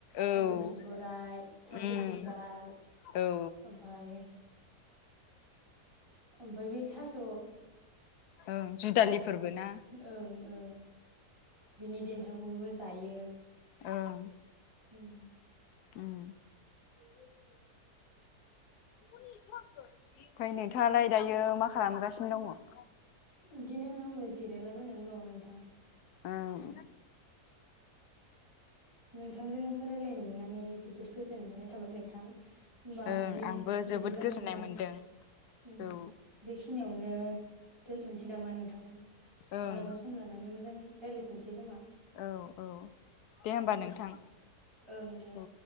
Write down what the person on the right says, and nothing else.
थास' बिथ'राय, थास'
बिबार,
ओमफाय ओमफाय बै थास'
दा
ओं ओं बिनि देन्थाखौबो जायो।
उम।
<inaudible>
इदिनो आंबो जिरायलाबायनानै दं नोंथां।
नोंथांजों रायलायनो मोननानै जोबोद गोजोनबाय थाबाय नोंथां। होमबा
बे
बिदिब्ला
नोंथां
उम
बेखिनियावनो दोनथ'नोसै नामा नोंथां?
मालाबा सम लानानै मोजां रायलायफिनसै खोमा।
औ
ओं दे